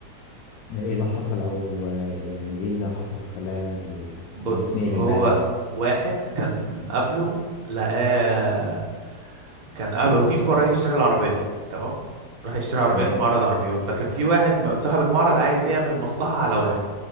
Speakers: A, on the left; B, on the right.
A: ده ايه اللي حصل او يعني ايه اللي حصل خلاه ي-
B: بص
A: يعني يتنقل
B: هو
A: النقلة دي
B: واحد كان قبله لقاه كان قبله تيتو كان رايح يشتري العربية تمام راح يشتري عربية
A: تمام
B: في معرض عربيات فكان في واحد م- صاحب المعرض عايز يعمل مصلحة على واحد